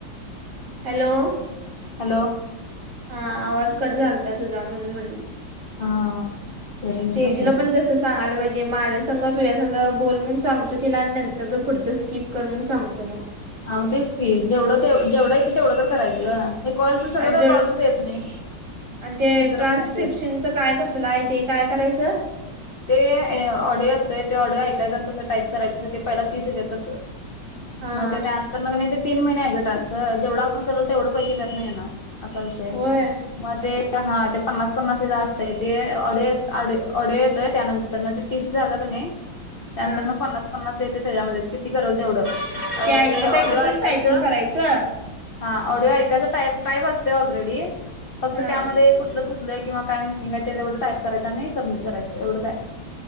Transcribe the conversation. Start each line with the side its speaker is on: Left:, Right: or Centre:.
Right: hello
Left: hello
Right: हां आवाज कट झालता तुझा म्हणून म्हटलं
Left: हा रेंज
Right: तेजूला
Left: नसेल
Right: पण तसं सांगयला पाहिजे माझ्या संघा तुझ्या संघा बोल म्हणून सांगतो तिला आणि नंत त्याचं पुढचं स्कीिप कर म्हणून सांगतो मग
Left: हग तेच की जेवढं ते जेवढं येते तेवढं तर करायचं ग हे कॉलच सगळं
Right: आणि
Left: काय
Right: ते
Left: कॉलच येत नाही
Right: आणि ते
Left: दुसरं
Right: ट्रान्स्क्रिप्शनच
Left: पण येतेच
Right: काय कसलं आहे. ते काय? करायचं
Left: ते ऑडिओ असतोय ते ऑडिओ ऐकायचा आणि तसं टाईप करायचं ते पहिला तीस येते तसं
Right: हा
Left: मग
Right: हा
Left: ते त्यानंतर नग ते तीन महिने आहेत ग टास्क जेवढं आपण करल तेवढं पैसे त्यात नाही येणार असा विषय आहे
Right: होय
Left: ते मध्ये हां ते पन्नास पन्नास जास्त आहे. ते अढ अ अढ येतोय. त्यानंतर न ते तीस झालं ग नाही त्यानंतर
Right: हा
Left: न पन्नास पन्नास येते त्याच्यामध्ये किती करल तेवढं
Right: ऐकत
Left: ते ऑडीओ
Right: ऐकतच
Left: ऐकायचं
Right: टायपिंग करायचं
Left: हां ऑडिओ ऐकायचं टाईप असते. ऑलरेडी फक्त
Right: हा
Left: त्यामध्ये कुठलं चुक य किं काय मिसंग आहे तेवढं टईप करायं आणि सबमट करायचंवढं आहे